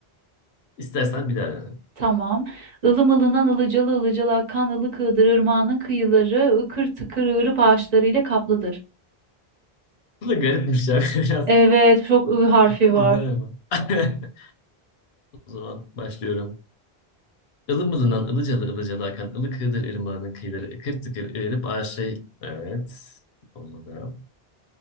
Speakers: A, on the left; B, on the right.
A: İstersen bir daha dene.
B: Tamam. Ilım ılınan ılıcalı ılıcalı akan ılık ığdır ırmağının kıyıları ıkır tıkır ığırıp ağaçlarıyla kaplıdır.
A: Bu da garipmiş ya <laughs> biraz.
B: Evet, çok ı harfi
A: Güzel
B: var.
A: ama. <laughs> O zaman başlıyorum. Ilım ılınan ılıcalı ılıcalı akan ılık ığdır ırmağının kıyıları ıkır tıkır ığırıp aşağı... Evet. Olmadı.